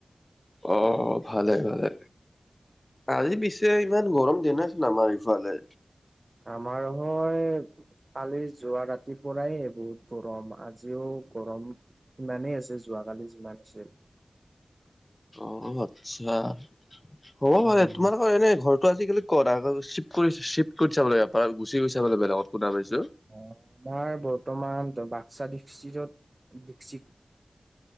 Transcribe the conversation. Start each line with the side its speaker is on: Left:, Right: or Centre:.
Left: অ অ ভালে ভালে। আজি পিছে ইমান গৰম দিয়া নাই চোন আমাৰ ইফালে।
Right: আমাৰ হয় কালি যোৱা ৰাতিৰ পৰাই বহুত গৰম আজিও গৰম। ইমানেই আছে যোৱাকালি যিমান আছিল।
Left: অ', আচ্ছা হ'ব পাৰে
Right: অ',
Left: তোমালোকৰ এনে ঘৰ টো আজি-কালি ক'ত আগ চিফ্ট কৰি চিফ্ট কৰিছা মানে ইয়াৰ পৰা গুচি গৈছা মানে বেলেগত শুনা পাইছো।
Right: অ', আমাৰ বৰ্তমান বাক্সা ডিষ্টিটত ডিক্সিত